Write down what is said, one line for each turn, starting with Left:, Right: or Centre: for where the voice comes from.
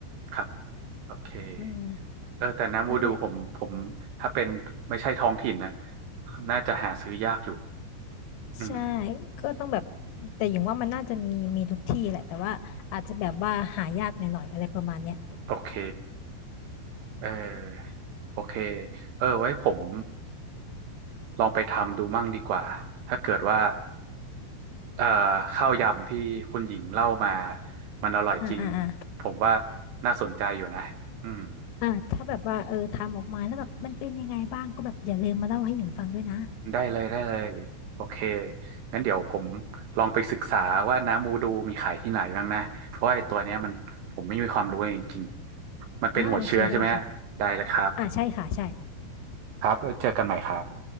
Right: ครับ โอเค
Left: อืม
Right: เออแต่น้ำวูดูผมผมถ้าเป็นไม่ใช่ท้องถิ่นนะ
Left: นั่นแหละ
Right: น่าจะหาซื้อยากอยู่อืม
Left: ใช่ก็ต้องแบบแต่อย่างว่ามันน่าจะมีมีทุกที่แหละแต่ว่าอาจจะแบบว่าหายากหน่อยๆอะไรประมาณเนี้ย
Right: โอเค เออ โอเค เออ ไว้ผมลองไปทำดูมั่งดีกว่า ถ้าเกิดว่าเอ่อข้าวยำที่คุณหญิงเล่ามามันอร่อยจริง
Left: อ่าอ่าอ่า
Right: ผมว่าน่าสนใจอยู่นะอืม
Left: อ่าถ้าแบบว่าเออทำออกมาแล้วแบบมันเป็นยังไงบ้างก็แบบอย่าลืมมาเล่าให้หญิงฟังด้วยนะ
Right: ได้เลยได้เลยโอเคงั้นเดี๋ยวผมลองไปศึกษาว่าน้ำมูดูมีขายที่ไหนบ้างนะเพราะว่าไอ้ตัวเนี้ยมันผมไม่มีความรู้เลยจริงๆมันเป็นหัวเชื้อใช่ไหมฮะได้เลยครับ
Left: อ่าโอเคได้ค่ะอ่าใช่ค่ะใช่
Right: ครับเจอกันใหม่ครับ